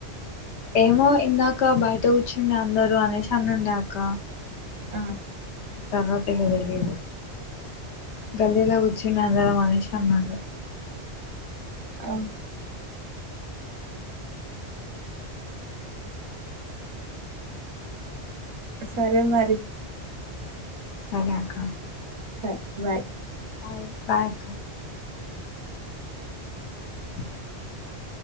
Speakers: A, on the left; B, on the right.
A: ఏమో ఇందాక బయట కూచుండే అందరూ అనేశ్ అన్ నుండే అక్క
B: ఆ
A: తర్ వత్ ఇగ తెలీదు గల్లీలో కూచుండే అందరమనేషి అన్నుండే
B: ఔన సరే మరి
A: సరే అక్క
B: సరే బయ్
A: బాయ్ బాయ్ అక్క డిష్